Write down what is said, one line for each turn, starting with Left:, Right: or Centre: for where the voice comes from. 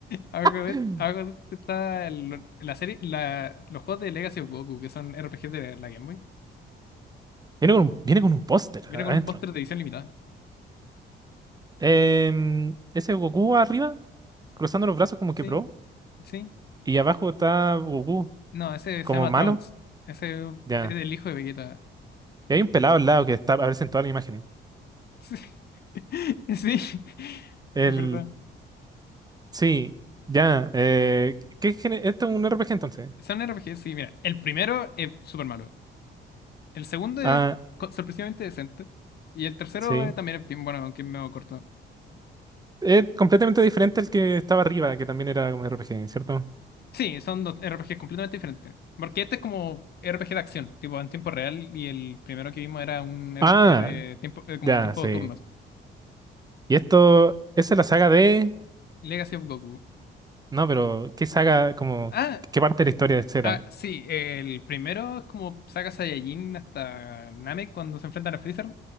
Left: abajo de,
Right: <laughs> Viene
Left: abajo de esto está el- la serie, la, los juegos de Legacy of Goku, que son RPGs de la Game Boy.
Right: con un, viene con un póster
Left: Viene
Right: adentro.
Left: con un póster de edición limitada.
Right: Em, ese Goku arriba, cruzando los brazos como que
Left: Sí,
Right: pro.
Left: sí.
Right: Y abajo está Goku,
Left: No, ese
Right: como
Left: se llama
Right: malo.
Left: Trunks. Ese
Right: Ya.
Left: es del hijo de Vegeta.
Right: Y hay un pelado al lado que está, aparece en todas las imágenes.
Left: Sí, <laughs> sí,
Right: El,
Left: es verdad.
Right: sí, ya. Eh, ¿qué, gene- esto es un RPG entonces?
Left: Son RPGs, sí, mira. El primero es súper malo. El segundo es
Right: Ah,
Left: co- sorpresivamente decente. Y el tercero
Right: sí.
Left: eh, también es bien bueno, aunque es medio corto.
Right: Es completamente diferente al que estaba arriba, que también era como RPG, ¿cierto?
Left: Sí, son dos RPGs completamente diferentes. Porque este es como RPG de acción, tipo en tiempo real, y el primero que vimos era un RPG
Right: Ah,
Left: de tiempo, eh, como
Right: ya,
Left: tiempo
Right: sí.
Left: de turnos.
Right: Y esto, esa es la saga de?
Left: Legacy of Goku.
Right: No, pero ¿qué saga, como,
Left: Ah,
Right: qué parte de la historia de Zeta?
Left: ah, sí, el primero es como saga Saiyajin hasta Namek cuando se enfrentan a Freezer.